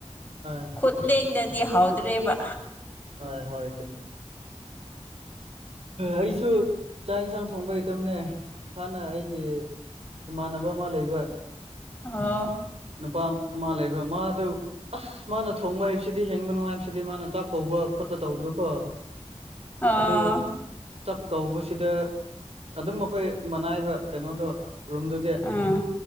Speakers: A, on the right; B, on the left.
A: ꯍꯣꯏ
B: ꯈꯨꯠ ꯂꯦꯡꯗꯗꯤ ꯍꯥꯎꯗ꯭ꯔꯦꯕ
A: ꯑ ꯍꯣꯏ ꯆꯃꯦ ꯑꯩꯁꯨ ꯆꯥꯛ ꯌꯦꯟꯁꯥꯡ ꯊꯣꯡꯕ ꯍꯩꯇꯅꯦ ꯍꯥꯟꯅ ꯑꯩꯒꯤ ꯏꯃꯥꯟꯅꯕ ꯑꯃ ꯂꯩꯕ
B: ꯑꯣ
A: ꯅꯨꯄꯥ ꯑꯃ ꯂꯩꯕ ꯃꯥꯗꯨ ꯑꯁ ꯃꯥꯅ ꯊꯣꯡꯕ ꯍꯥꯏꯩꯕꯁꯤꯗꯤ ꯍꯤꯡꯕ ꯅꯨꯡꯉꯥꯏꯕ ꯁꯤꯗꯤ ꯃꯥꯅ ꯆꯥꯛ ꯀꯧꯕ ꯈꯣꯠꯄ ꯇꯧꯕꯗꯨꯀꯣ
B: ꯑꯣ
A: ꯑꯗꯨ ꯆꯥꯛ ꯀꯧꯕꯁꯤꯗ ꯑꯗꯨꯝ ꯑꯩꯈꯣꯏ ꯃꯅꯥꯏꯕ ꯀꯩꯅꯣꯗꯣ ꯔꯨꯝꯗꯨꯗꯤ
B: ꯎꯝ